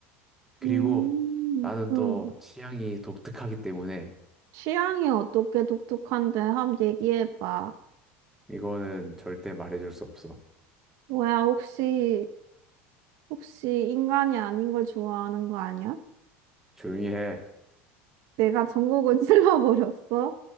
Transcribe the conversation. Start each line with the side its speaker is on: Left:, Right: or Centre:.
Centre: 그리고
Right: 음,
Centre: 나는
Right: 음.
Centre: 또 취향이 독특하기 때문에
Right: 취향이 어떻게 독특한데? 한번 얘기해봐.
Centre: 이거는 절대 말해줄 수 없어.
Right: 뭐야, 혹시, 혹시 인간이 아닌 걸 좋아하는 거 아니야?
Centre: 조용히 해.
Right: 내가 전국을 <laughs> 찔러버렸어?